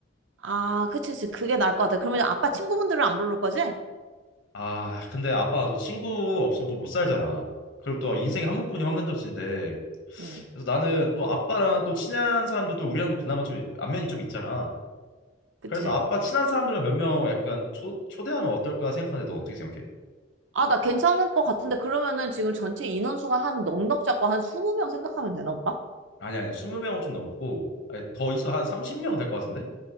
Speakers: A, on the right; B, on the left.
A: 아, 그치, 그치. 그게 나을 것 같아. 그러면 아빠 친구분들은 안 부를 거지?
B: 아, 근데 아빠가 또 친구 없으면 또 못 살잖아. 그리고 또 인생에 한 번뿐이 환갑 잔치인데
A: 응,
B: 그래서 나는 또 아빠랑 또 친한 사람들도 우리랑도 그나마 좀 안면이 좀 있잖아.
A: 그치.
B: 그래서 아빠 친한 사람들만 몇 명 약간 초, 초대하면 어떨까 생각하는데 넌 어떻게 생각해?
A: 아, 나 괜찮을 것 같은데, 그러면은 지금 전체 인원수가 한 넉넉 잡고 한 20명 생각하면 되나, 오빠?
B: 아니 아니야. 20명은 좀 넘고 아니, 더 있어. 한 30명 될 것 같은데?